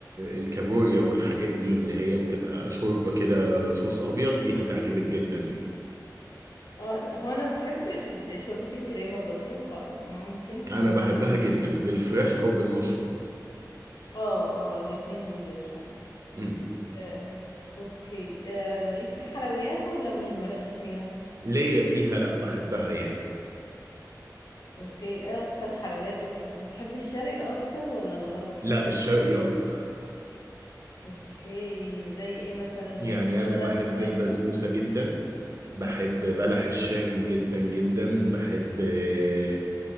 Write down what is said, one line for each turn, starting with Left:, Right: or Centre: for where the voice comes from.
Right: الكابوريا والحاجات دي اللي هي بتبقى شوربة كده صوص أبيض دي هتعجبك جدا يعني.
Left: اه لا هو انا بحب ال- شوربة الكريمة برضو فممكن
Right: أنا
Left: تمي-
Right: بحبها
Left: اميل
Right: جدا
Left: ليها يعني.
Right: بالفراخ أو بالمشروم
Left: اه اه الاتنين لذيذ فعلا
Right: امم
Left: آه. اوكي آه. ليك في الحلويات ولا م- مالكش فيها
Right: ليا فيها لأ بحبها يعني
Left: اوكي ايه اكتر حلويات بتحب بتحب الشرقي اكتر ولا الغربي
Right: لأ الشرقي أكتر
Left: اوكي زي ايه مثلا بسبوسة
Right: يعني أنا بحب
Left: كنافة
Right: البسبوسة جدا بحب بلح الشام جدا جدا بحب آه،